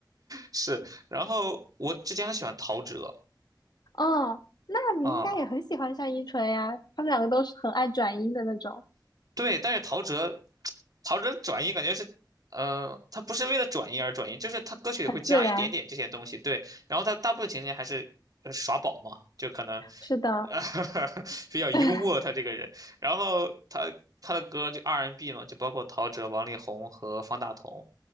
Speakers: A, on the right; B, on the left.
A: 是，然后我之前很喜欢陶喆
B: 哦，那你应该也很喜欢单依纯呀，
A: 啊。
B: 他们两个都是很爱转音的那种，
A: 对，但是陶喆，陶喆转音感觉是，嗯、他不是为了转音而转音，就是他歌曲里会加一点点这些东西，
B: 很自然。
A: 对，然后他大部分情节还是呃耍宝嘛，就可能，
B: 是的，
A: 呃，<laughs> 比较幽默他这个人，
B: <laughs>
A: 然后他他的歌就 R&B n 嘛，就包括陶喆、王力宏和方大同，